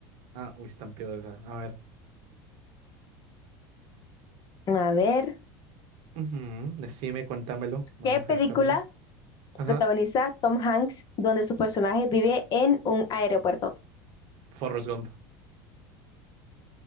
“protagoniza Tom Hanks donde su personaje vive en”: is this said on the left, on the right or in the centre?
Left